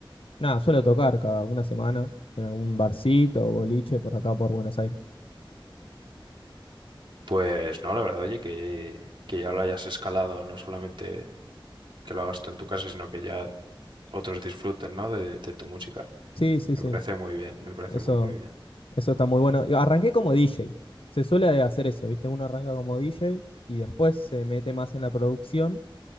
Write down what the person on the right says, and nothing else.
Pues no, la verdad, oye, que, que ya lo hayas escalado, no solamente que lo hagas tú en tu casa, sino que ya otros disfruten, ¿no? de de tu música.
Me
parece muy bien, me parece
muy, muy bien.